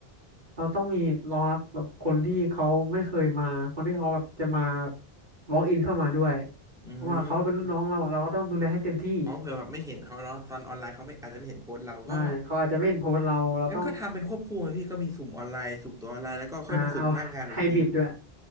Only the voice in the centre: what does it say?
อื
มอ๋อเผื่อแบบไม่เห็นเขาเนาะตอนออนไลน์เขาไม่อาจจะไม่เห็นโพสต์เราก็
งั้นก็ทำเป็นควบคู่ไปพี่ก็มีสุ่มออนไลน์สุ่มตัวออนไลน์แล้วก็ค่อยมาสุ่มหน้างานอีกที